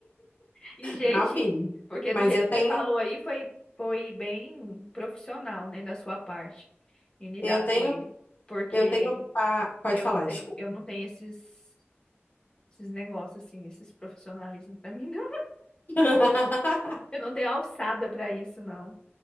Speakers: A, on the left (about 20°); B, on the left (about 45°).
A: Que jeitinho.
B: Não, filho.
A: Porque
B: Mas
A: do jeito
B: eu tenho,
A: que você falou aí foi, foi bem profissional, né, da sua parte, em lidar
B: eu tenho,
A: com ele. Porque
B: eu tenho pa... Pode
A: eu
B: falar,
A: não tenho,
B: desculpa.
A: eu não tenho esses, esses negócios, assim, esses profissionalismos pra <laughs> mim, não.
B: <laughs>
A: Eu não tenho alçada pra isso, não.